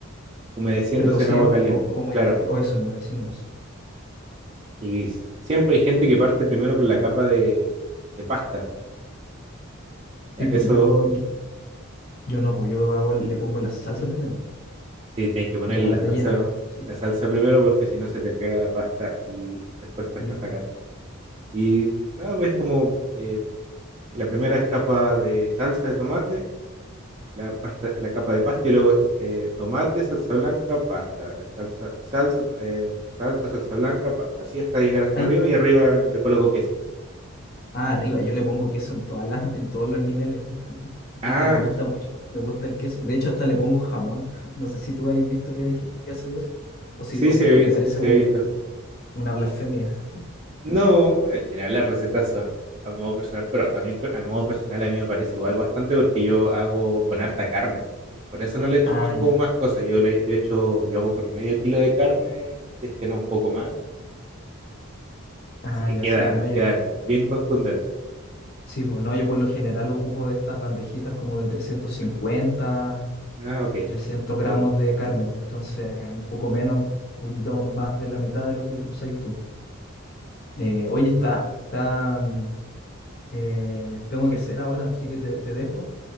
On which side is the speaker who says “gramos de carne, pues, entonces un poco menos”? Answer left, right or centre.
Left